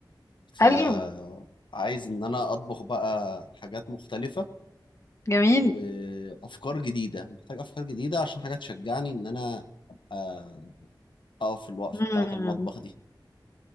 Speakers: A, on the left; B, on the left.
A: فعايز
B: حلو
A: ان انا اطبخ بقى حاجات مختلفه
B: جميل
A: وافكار جديده محتاج افكار جديده عشان حاجات تشجعني ان انا ابقى اقف في الوقفه
B: مم.
A: بتاعه المطبخ دي